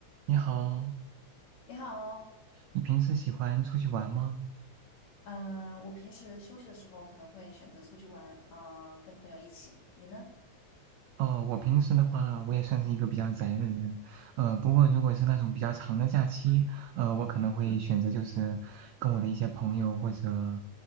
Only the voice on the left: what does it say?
你好，
嗯，我平时休息的时候可能会选择出去玩，啊、跟朋友一起。你呢？